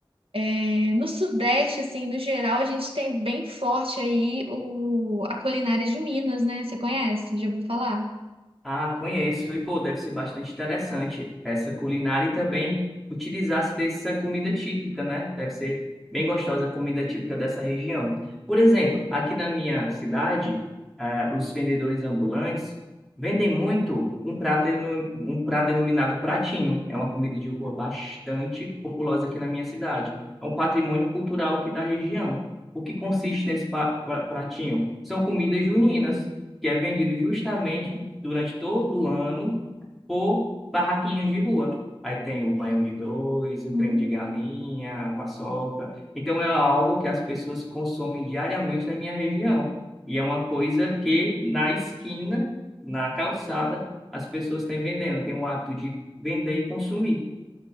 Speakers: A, on the right; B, in the centre.
A: É, no Sudeste, assim, no geral, a gente tem bem forte aí o, a culinária de Minas, né? Você conhece? Já ouviu falar?
B: Ah, conheço. E, pô, deve ser bastante interessante essa culinária e também utilizar-se dessa comida típica, né? Deve ser bem gostosa a comida típica dessa região. Por exemplo, aqui na minha cidade, ah, os vendedores ambulantes vendem muito um prato, deno- um prato denominado pratinho. É uma comida de rua bastante populosa aqui na minha cidade. É um patrimônio cultural aqui da região. O que consiste nesse pa- pra- pratinho? São comidas juninas que é vendido justamente durante todo o ano por barraquinhas de rua. Aí tem o baião de dois, o
A: Hum,
B: creme de galinha, a paçoca. Então é algo que as pessoas consomem diariamente na minha região. E é uma coisa que na esquina, na calçada, as pessoas têm vendendo, têm o hábito de vender e consumir.